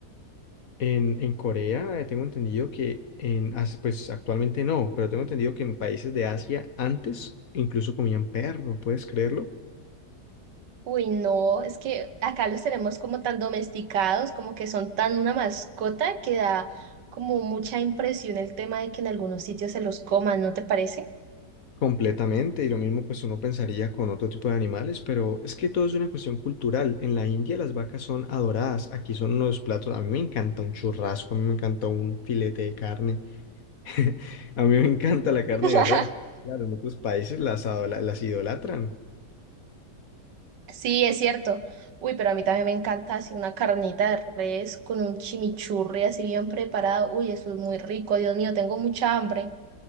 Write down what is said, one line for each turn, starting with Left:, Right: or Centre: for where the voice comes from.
Left: En, en Corea eh, tengo entendido que en, As- pues actualmente no, pero tengo entendido que en países de Asia antes incluso comían perro, ¿puedes creerlo?
Right: Uy, no, es que acá los tenemos como tan domesticados, como que son tan una mascota que da como mucha impresión el tema de que en algunos sitios se los coman, ¿no te parece?
Left: Completamente, y lo mismo pues uno pensaría con otro tipo de animales, pero es que todo es una cuestión cultural. En la India las vacas son adoradas, aquí son unos platos, a mí me encanta un churrasco, a mí me encanta un filete de carne, <laughs> a mí me encanta la carne
Right: <laughs>
Left: de res. Claro, en otros países las, adola- las idolatran.
Right: Sí, es cierto. Uy, pero a mí también me encanta así una carnita de res con un chimichurri así bien preparado. Uy, eso es muy rico. Dios mío, tengo mucha hambre.